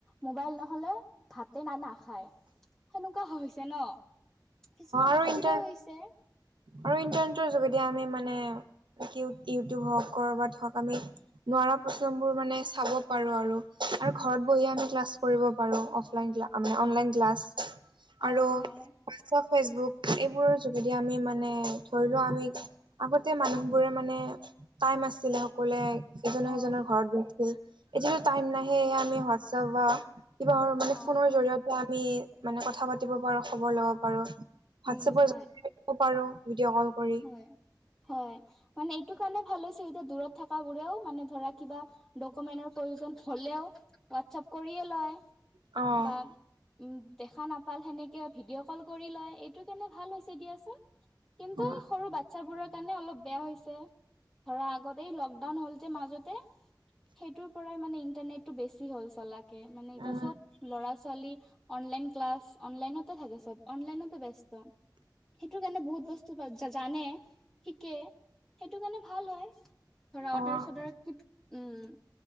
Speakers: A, in the centre; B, on the right.
A: মোবাইল নহলে ভাতে না নাখায় সেনেকুৱা হৈছে ন। কিছুমান
B: উটাৰ।
A: অসুবিধাও হৈছে
B: আৰু ইণ্টাৰনেটৰ যোগেদি আমি মানে ইউটিউব হওঁক কৰবাত হওঁক আমি নোৱাৰা প্ৰশ্নবোৰ মানে চাব পাৰো আৰু আৰু ঘৰত বহিয়ে আমি ক্লাছ কৰিব পাৰো। মানে অনলাইন ক্লাছ
A: অ
B: আৰু হোৱাটছআপ
A: হয়
B: ফেচবুক। এইবোৰৰ যোগেদি আমি মানে ধৰি লোৱা আমি আগতে মানুহবোৰে মানে টাইম আছিলে। কলে এজ সিজনৰ
A: অ
B: ঘৰত গৈছিল এতিয়া টাইম নাহেে আমি হোৱাটছআপ বা কিবা মানে
A: অ
B: ফোনৰ জৰিয়তে আমি মানে কথা পাতিব পাৰো খবৰ লব পাৰো। হোৱাটছএপৰ
A: উম হয়
B: পাৰোঁ ভিডিঅ' কল কৰি।
A: হয় হয় মানে এইটো কাৰণে ভালছ এতিয়া দূৰত থকা বোৰেও মানে ধৰা কিবা। ডকুমেন্টৰ প্ৰয়োজন হ'লেও হোৱাটছপ কৰিয়ে লয়
B: অ',
A: বা উম দেখা নাপাল সেনেকে ভিডিঅ' কল কৰি লয় এইটো কেনে ভাল হৈছে দিয়াচোন।
B: অ',
A: ত সৰু বাচ্ছাবোৰৰ কাৰণে অলপ বেয়া হৈছে ধৰা আগতে লকডাউন হ'ল যে মাজতে। সেইটোৰ পৰাই মানে ইন্টাৰনেটটো বেছি হ'ল চলাকে মানে এতিয়া
B: উম,
A: চব ল'ৰা ছোৱালী অনলন ক্লা অনলাইন থেব চব অনলাইন ব্যস্ত সেইটো কাৰণ বহু বস্তু জানে শিকে সেইটো কাৰণে ভাল হয়। ধৰা অৰ্ডাৰ
B: অ',
A: চডাৰ কি উম।